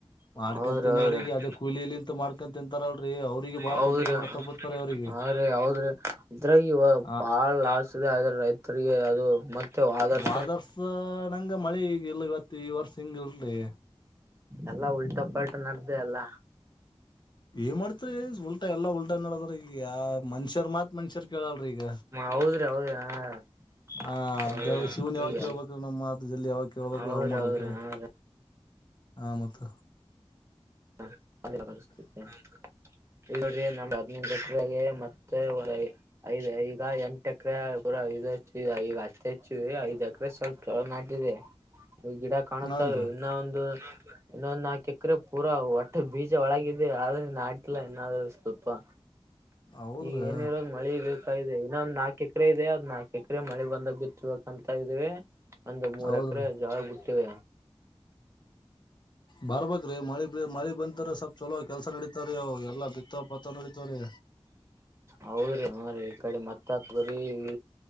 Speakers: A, on the left (about 45°); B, on the right (about 25°).
A: ಮಾಡ್ಕೊಂಡ್
B: ಹೌದ್ರಿ
A: ತಿನ್ನೋರಿಗೆ
B: ಹೌದ್ರಿ
A: ಅದೇ ಕೂಲಿಲಿಂತ ಮಾಡ್ಕೊಂಡ್ ತಿಂತಾರಲ್ರರಿ ಅವ್ರಿಗೆ ಬಾಳ
B: ಹೌದ್ರಿ್ರೀ
A: ತೊಂದ್ರೆ ಹೊಡ್ತಾ ಬಿಡ್ತಾರೆ ಅವ್ರಿಗೆ
B: ಹೌದ್ರಿ ಇದ್ರಾಗ
A: ಹ
B: ಬಾಳ ಲಾಸ್ ಇದೆ ಆದ್ರೆ ರೈತರಿಗೆ ಅದು ಮತ್ತೆ ಆಧಾರ್
A: ಆದರ್ಸ್ ನಂಗ ಮಳಿ ಈಗ ಇಲ್ಲ ಇವತ್ತು ಈ ವರ್ಷ ಹಂಗಲ್ರಿ
B: ಎಲ್ಲಾ ಉಲ್ಟ ಪಾಲ್ಟ ನಡೆ್ದ ಎಲ್ಲ
A: ಏನ್ ಮಾಡ್ತ್ರಿೀ ಉಲ್ಟಾ ಎಲ್ಲಾ ಉಲ್ಟಾ ನಡದ್ರ ಈಗ ಯ ಮನ್ಷ್ಯರ್ ಮಾತ್ ಮನ್ಷ್ಯರ್ ಕೇಳಲ್ರಿೀ ಈಗ
B: ಹೌದ್ರಿ ಹೌದ್ರಿ ಹಾ
A: ಹ
B: ಹೌದ್ರಿ
A: ದೇವ ಶಿವನ್ ಯಾವಕ್ಕೆ ಹೋಗಬೇಕ ಮ್ಮ ಮಾತ ಜಲ್ಲಿ ಯಾವಾಗ ಕೇಳ್ಬೇಕ
B: ಹೌದ್ರಿ
A: ಯಾವಾಗ್ ಮಾಡ್ಬೇಕ್ರೀ
B: ಹೌದ್ರಿ ಹಾ
A: ಹ ಮ <inaudible>
B: ಹ ಅದೆಲ್ಲ ಪರಿಸ್ಥಿಿತ ಈಗ ನೋ್ರಿ ನಮ್ ಹದಿನ ಮತ್ತೆ ಒಳ ಐದ ಈಗ ಎಂಟ ಎಕರೆ ಕೂಡ ಇದು ಈಗ ಅತಿಚ್ಚ ಐದಕ್ರ ಸ್ವಲ್ಪ ಚಲೋ ನಾಟಿದೆ ಈ ಗಿಡ ಕಾಣುತ್ತವೆ
A: ಹಾನ್ರೀ
B: ಇನ್ನ ಒಂದು ಇನ್ನೊಂದು ನಾಕ ಎಕ್ರ ೂರ ಅ್ ಬೀ <unintelligible> ಜ ಒಳಗ ಆದ್ರೆ ನಾಲ್ಲ ನಾದ್ೂ <unintelligible> ಅಪ್ಪಾ
A: ಹೌದ್ರಿ
B: ಈಗ ಏನಿರೋಾಗ ಮಳಿ ಬೇಕ ಇದೆ ಇನ್ನೊಂದ್ ನಾಲ್ಕು ಎಕರೆ ಇದೆ ಅ್ ನಾಕು ಎಕರೆ ಮಳೆ ಬಂದ ಬಿತ್ತಬೇಕಂತ ಇದ್ದೇವಿ ಒಂದು ಮೂರ್
A: ಹೌದ್ರಿ
B: ಎಕರೆ ಜಾವ ಬಿುಟ್ಟಿವ
A: ಬರ್ಬ್ರೀ ಮಳಿಗ್ ಮಳಿಗ್ ಬಂತರ ಸ್ವಪ್ ಚಲೋ ಕೆಲ್ಸ ನಡೀತಾರಿ್ ಎಲ್ಲಾ ಬಿತ್ತ ಪತ್ತ ನಡೀತ್ರೀ
B: ಹೌದ್ರೀ ಅವ್ರೀ ಈ ಕಡೆ ಮತ್ತ ಹತ್ ಬ್ರೀ ಇ